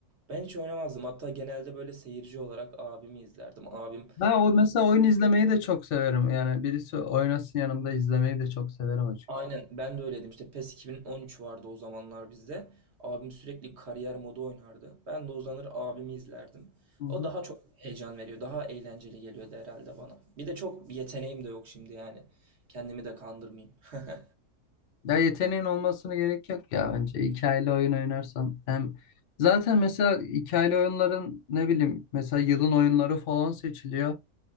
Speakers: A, on the right (about 50°); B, on the left (about 60°).
A: Ben hiç oynamazdım. Hatta genelde böyle seyirci olarak abimi izlerdim. Abim
B: Ben o mesela oyun izlemeyi de çok severim. Yani birisi oynasın yanımda izlemeyi de çok severim açıkçası.
A: aynen ben de öyleydim. İşte PES 2013 vardı o zamanlar bizde. Abim sürekli kariyer modu oynardı. Ben de uzanır abimi izlerdim.
B: Hı hı.
A: O daha çok heyecan veriyor. Daha eğlenceli geliyordu herhalde bana. Bir de çok yeteneğim de yok şimdi yani. Kendimi de kandırmayayım. <laughs>
B: Ya yeteneğin olmasına gerek yok ya bence. Hikayeli oyun oynarsan hem zaten mesela hikayeli oyunların ne bileyim mesela yılın oyunları falan seçiliyor.